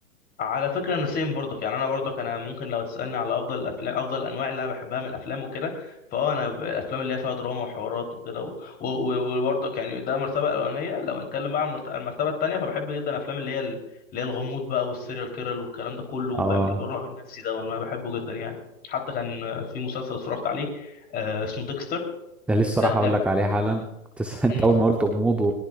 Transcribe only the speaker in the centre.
اه
ده لسه
راح
اقول لك
عليه حالا كنت لسه- <laughs> انت
اول ما قلت غموض و...